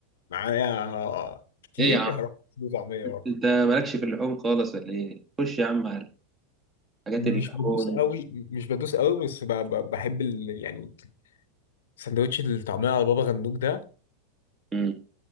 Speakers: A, on the left (about 75°); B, on the right (about 25°).
A: معايا آه، كتير
B: ايه يا عم
A: هروح أجيب فول وطعميه برضه
B: انت مالكش في اللحوم خالص ولا ايه خش يا عم على حاجات
A: مش
B: اللحوم
A: بدوس قوي مش بدوس قوي بس ب- ب- بحب ال... يعني سندوتش الطعميه على بابا غنوج ده
B: امم